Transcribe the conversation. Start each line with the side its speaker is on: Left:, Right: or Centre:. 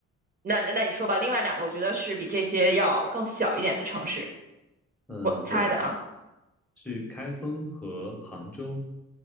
Right: 那那那你说吧，另外两个我觉得是比这些要更小一点的城市，
Centre: 嗯，
Right: 我猜的啊。
Centre: 对，是开封和杭州。